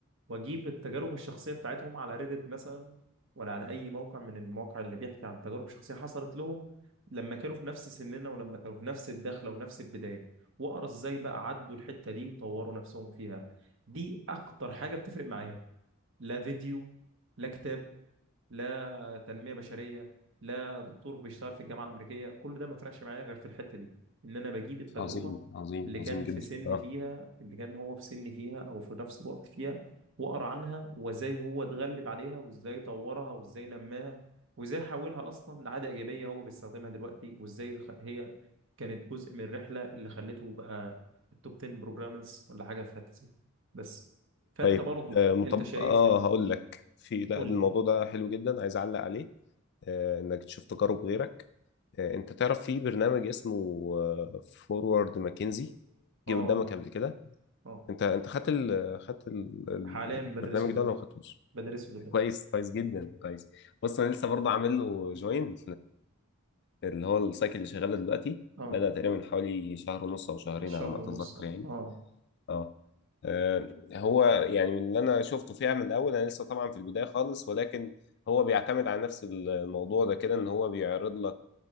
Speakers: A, on the right (about 65°); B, on the left (about 55°).
A: واجيب التجارب الشخصيه بتاعتهم على ريدت مثلا ولا على اي موقع من المواقع اللي بيحكي عن تجارب شخصيه حصلت لهم لما كانوا في نفس سننا ولما كانوا في نفس الدخله ونفس البدايه واقرا ازاي بقى عدوا الحته دي وطوروا نفسهم فيها دي اكتر حاجه بتفرق معايا لا فيديو لا كتاب لا تنميه بشريه لا دكتور بيشتغل في الجامعه الامريكيه كل ده ما فرقش معايا غير في الحته دي ان انا بجيب التجربه
B: عظيم عظيم
A: اللي
B: عظيم
A: كان
B: جدا
A: في سن
B: اه
A: فيها اللي كان هو في سن فيها او في نفس الوقت فيها واقرا عنها وازاي هو اتغلب عليها وازاي طورها وازاي نماها وازاي حولها اصلا لعاده ايجابيه هو بيستخدمها دلوقتي وازاي خ- هي كانت جزء من الرحله اللي خلته بقى التوب 10 بروجرامرز ولا حاجه في حته زي بس فانت
B: طيب
A: برضو
B: آه مطب...
A: انت شايف
B: اه هقول لك في لا
A: قول
B: الموضوع
A: لي
B: ده حلو جدا عايز اعلق عليه آه انك تشوف تجارب غيرك آه انت تعرف في برنامج اسمه فورورد ماكنزي
A: اه
B: جه قدامك قبل كده
A: اه
B: انت انت خدت ال... خدت ال... ال-
A: حاليا
B: البرنامج
A: بدرسه دلوقتي
B: ده ولا ما خدتوش
A: بدرسه دلوقتي
B: كويس كويس جدا كويس بص انا لسه برضه عامل له جوين اللي هو السايكل اللي شغال دلوقتي
A: اه
B: بدأ تقريبا من حوالي شهر ونص او شهرين
A: شهر
B: على ما
A: ونص
B: اتذكر
A: اه
B: يعني
A: اه
B: اه آه، هو يعني من اللي انا شفته فيها من الاول انا لسه طبعا في البدايه خالص ولكن هو بيعتمد على نفس الموضوع ده كده ان هو بيعرض لك